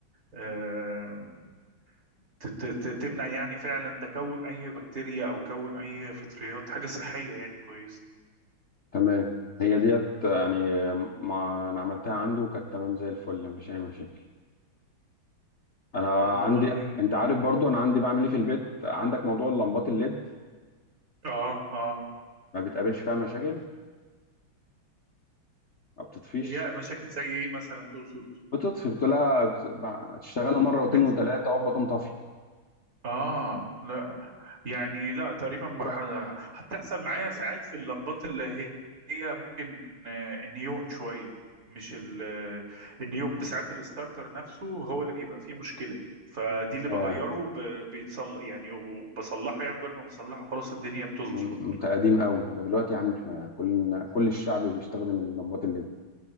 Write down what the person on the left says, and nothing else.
تمام هي ديت يعني آه، ما انا عملتها عنده وكانت تمام زي الفل مفيش اي مشاكل انا
عندي انت عارف برضو انا عندي بعمل ايه في البيت عندك موضوع اللمبات الليد
ما بتقابلش فيها مشاكل ما بتطفيش
بتطفي بتلاقي بت- تشتغلها مره واتنين
وتلاته وهوبا تقوم طافي
رحت
ياه،
م- انت قديم قوي ده دلوقتي يا عم احنا كلنا كل الشعب بيستخدم اللمبات الليد